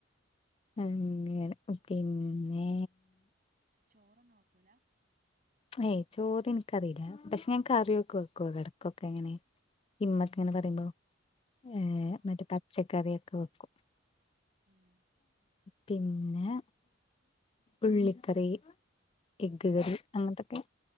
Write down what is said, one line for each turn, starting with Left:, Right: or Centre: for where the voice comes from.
Left: അങ്ങനെ പിന്നേ
Right: ചോറൊന്നും വെക്കൂലാ
Left: ഏയ് ചോറിനിക്കറിയൂല്ലാ പക്ഷെ ഞാൻ കറിയൊക്കെ വെക്കു എടക് ക്കെ എങ്ങനെ ഇമ്മക്ക ഇങ്ങനെ
Right: ആഹ്
Left: പറയുമ്പോ ഏ
Right: ആഹ്
Left: മറ്റേ പച്ചക്കറൊക്കെ വെക്കും
Right: ഉം
Left: പിന്നെ ഉള്ളിക്കറി എഗ്ഗ് കറി അങ്ങനത്തൊക്കെ